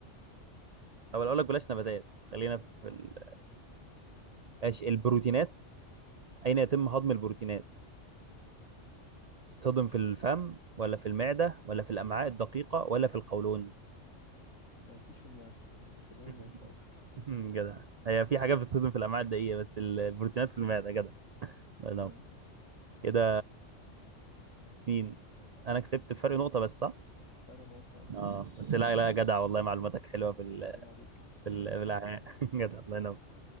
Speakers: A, on the right; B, on the left.
A: او اقول لك بلاش نباتات خلينا في ال... ماشي البروتينات اين يتم هضم البروتينات تتهضم في الفم ولا في المعده ولا في الامعاء الدقيقه ولا في القولون
B: أكيد في الماث كلهم
A: <laughs>
B: ما ينفعوش
A: جدع هي في حاجات بتصدم في الامعاء الدقيقه بس البروتينات في المعده جدع الله ينور
B: آه
A: كده مين انا كسبت فرق نقطه بس صح
B: فرق نقطة
A: اه بس لا لا جدع والله معلوماتك حلوه في ال...
B: عيب عليك
A: في ال... في الأمعاء. <laughs> جدع الله ينور